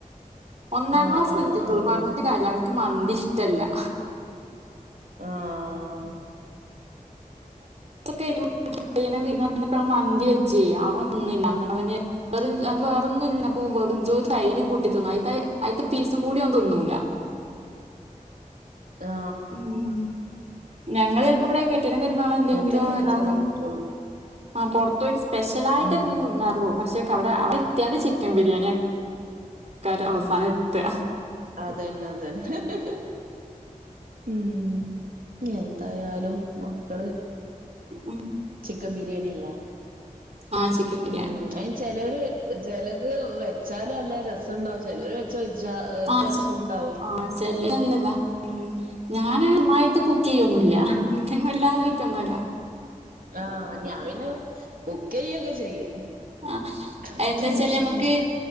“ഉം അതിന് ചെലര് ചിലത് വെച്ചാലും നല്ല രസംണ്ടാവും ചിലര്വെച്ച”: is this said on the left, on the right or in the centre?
Right